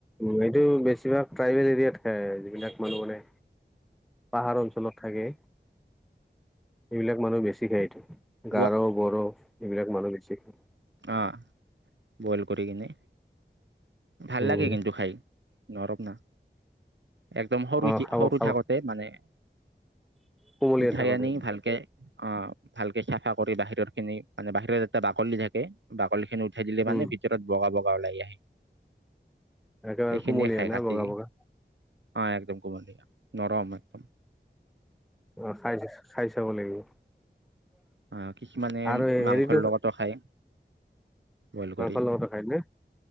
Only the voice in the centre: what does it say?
উম, এইটো বেছিভাগ ট্ৰাইবেল এৰিয়াত খায়, যিবিলাক মানুহ মানে পাহাৰ অঞ্চলত থাকে, সেইবিলাক মানুহে বেছি খাই এইটো।
গাৰো, বড়ো এইবিলাক মানুহে বেছি খায়।
উম,
অ', খাব
খাব
কোমলীয়া
থাকোতে
উম।
একেবাৰে
কুমলীয়া
না
বগা বগা
অ', খাই, খাই চাব লাগিব।
আৰু
হেৰিটো
মাংসৰ
লগতো খাই নে